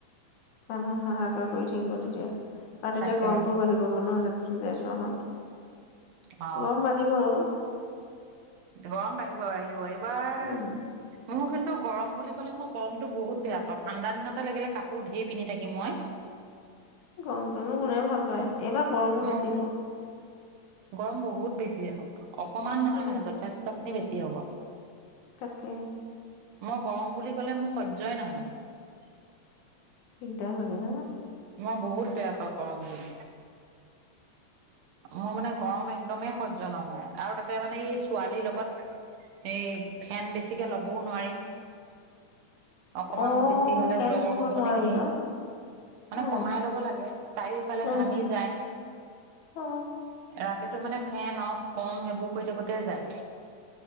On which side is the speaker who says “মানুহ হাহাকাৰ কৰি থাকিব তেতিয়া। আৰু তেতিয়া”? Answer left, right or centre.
Left